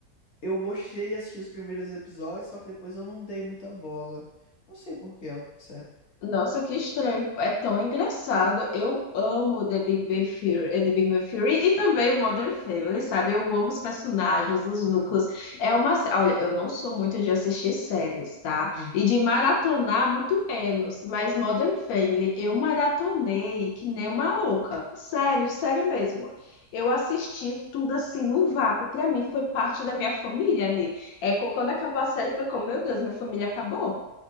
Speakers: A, on the left; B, on the left.
A: Eu gostei de assistir os primeiros episódios, só que depois eu não dei muita bola. Não sei por quê, ao certo.
B: Nossa, que estranho. É tão engraçado. Eu amo The Big Bang Theory, eh, The Big Bang Theory e também o Modern Family, sabe? Eu amo os personagens, os
A: Uhum.
B: núcleos. É uma, sé- olha, eu não sou muito de assistir séries, tá?
A: Hum.
B: E de maratonar muito menos, mas Modern Family eu maratonei que nem uma louca. Sério, sério mesmo. Eu assisti tudo assim no vapo. Pra mim foi parte da minha família ali. É co- quando acabou a série foi como, meu Deus, minha família acabou.